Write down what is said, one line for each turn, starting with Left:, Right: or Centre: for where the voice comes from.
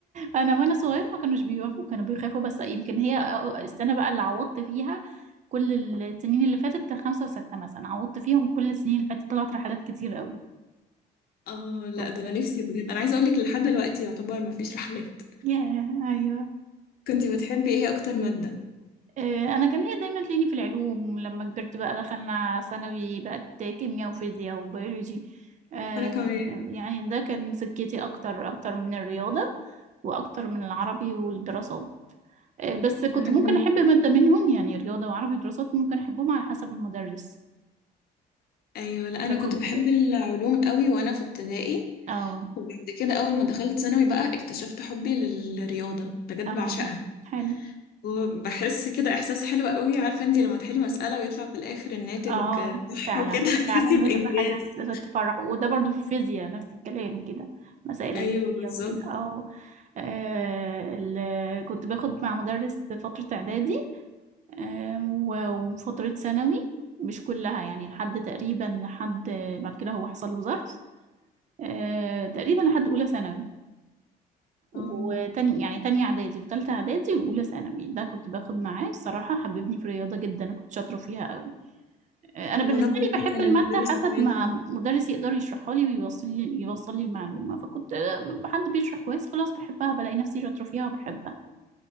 Right: انا وانا صغير ما كانوش بيوافقوا كانوا بيخافوا بس يمكن هي آه، آه، السنه بقى اللي عوضت فيها كل السنين اللي فاتت كان خمسة وستة مثلا عوضت فيهم كل السنين اللي فاتت طلعت رحلات كتير قوي
Left: اه لا
Right: و...
Left: ده انا نفسي بجد انا عايزه اقول لك لحد دلوقتي يعتبر ما فيش رحلات
Right: ياه ايوه
Left: كنت بتحبي ايه اكتر ماده
Right: آه، انا كان ليا دايما تلاقيني في العلوم لما كبرت بقى دخلنا ثانوي بقت كيمياء وفيزياء وبيولوجي آه،
Left: وانا كمان
Right: يعني ده كان سكتي اكتر اكتر من الرياضة واكتر من العربي والدراسات آه، بس كنت
Left: انا
Right: ممكن
Left: كنت
Right: احب مادة منهم يعني رياضة وعربي ودراسات ممكن احبهم على حسب المدرس
Left: ايوه لا انا
Right: باخد
Left: كنت بحب العلوم قوي وانا في ابتدائي
Right: اه
Left: وبعد كده اول ما دخلت ثانوي بقى اكتشفت حبي للرياضه بجد
Right: اه
Left: بعشقها
Right: حلو
Left: وبحس كده احساس حلو قوي عارفه انت لما تحلي مساله ويطلع في الاخر الناتج
Right: اه
Left: صح
Right: فعلا
Left: وكده <laughs> بتحسي
Right: فعلا
Left: بانجاز
Right: بتبقى حاجة تفرح وده برضو في الفيزياء نفس الكلام كده مسائل
Left: ايوه
Right: الفيزياء
Left: بالظبط
Right: وكده أو آه ال- كنت باخد مع مدرس فترة إعدادي آه و- وفترة ثانوي مش كلها يعني لحد تقريبا لحد بعد كده هو حصل له ظرف آه تقريبا لحد أولى ثانوي وتاني
Left: اه
Right: يعني تانية إعدادي وتالتة إعدادي وأولى ثانوي ده كنت باخد معاه الصراحة حببني في الرياضة جدا أنا كنت شاطرة فيها أوي انا
Left: وانا
Right: بالنسبه
Left: برضه
Right: لي بحب
Left: كان
Right: الماده
Left: المدرس
Right: حسب
Left: بتاعي
Right: ما
Left: كده
Right: مدرس يقدر يشرحها لي ويوصل لي يوصل لي المعلومه فكنت آه، حد بيشرح كويس خلاص بحبها بلاقي نفسي شاطره فيها وبحبها